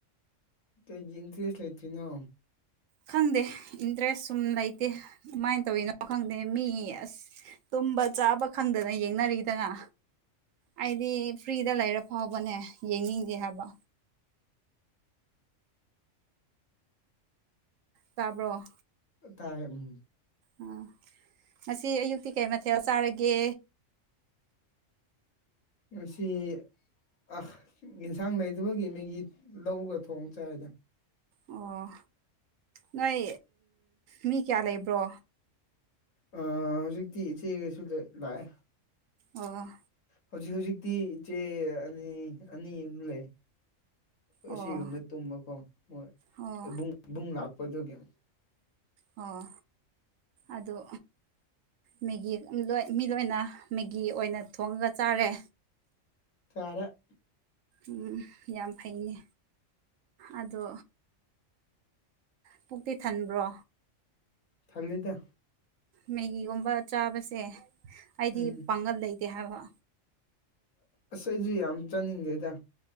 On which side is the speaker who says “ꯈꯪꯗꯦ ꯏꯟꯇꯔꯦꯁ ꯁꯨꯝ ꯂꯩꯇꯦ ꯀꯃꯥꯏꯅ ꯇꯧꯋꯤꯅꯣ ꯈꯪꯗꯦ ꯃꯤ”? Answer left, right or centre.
Right